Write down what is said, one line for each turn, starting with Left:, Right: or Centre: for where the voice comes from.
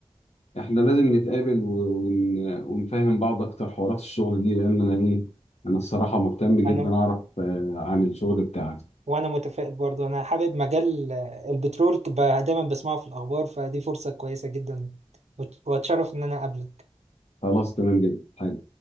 Left: احنا لازم نتقابل و- ون... ونفهم بعض اكتر حوارات الشغل دي لان انا ايه انا الصراحه مهتم جدا
Right: أنا
Left: اعرف آه، عن الشغل بتاعك
Right: وانا متفائل برضه انا حابب مجال آه، البترول ب- دايما بسمعه في الاخبار فدي فرصة كويسة جدا وت- واتشرف ان انا اقابلك
Left: خلاص تمام جدا